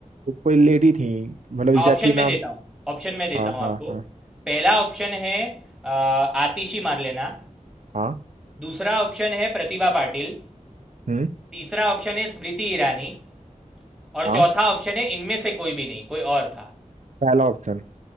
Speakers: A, on the right; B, in the centre.
A: कोई लेडी थी मतलब
B: ऑप्शन
A: एग्जैक्टली
B: में
A: नाम
B: देता हूँ ऑप्शन में देता
A: हाँ
B: हूँ आपको
A: हाँ हाँ
B: पहला ऑप्शन है अ, आतिशी मारलेना
A: हाँ
B: दूसरा ऑप्शन है प्रतिभा पाटिल
A: हम्म
B: तीसरा ऑप्शन है स्मृति ईरानी और
A: हाँ
B: चौथा ऑप्शन है इनमें से कोई भी नहीं कोई और था
A: पहला ऑप्शन